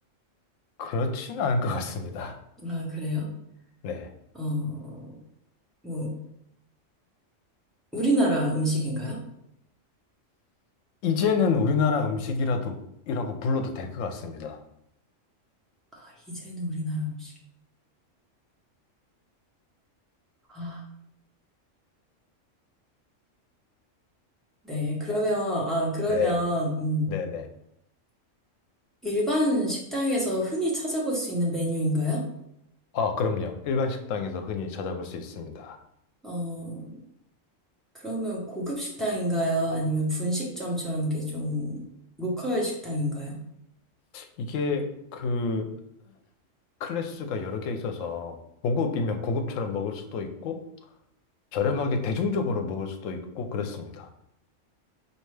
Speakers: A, on the left; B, in the centre.
A: 그렇지는 않을 것 같습니다.
B: 아, 그래요?
A: 네.
B: 어, 뭐, 우리나라 음식인가요?
A: 이제는 우리나라 음식이라도 이라고 불러도 될 것 같습니다.
B: 아, 이제는 우리나라 음식. 아, 네. 그러면, 아, 그러면,
A: 네.
B: 음,
A: 네네.
B: 일반 식당에서 흔히 찾아볼 수 있는 메뉴인가요?
A: 아, 그럼요. 일반 식당에서 흔히 찾아볼 수 있습니다.
B: 어, 그러면 고급 식당인가요? 아니면 분식점처럼 이게 좀 로컬 식당인가요?
A: 이게 그 클래스가 여러 개 있어서 고급이면 고급처럼 먹을 수도 있고 저렴하게 대중적으로 먹을 수도 있고 그렇습니다.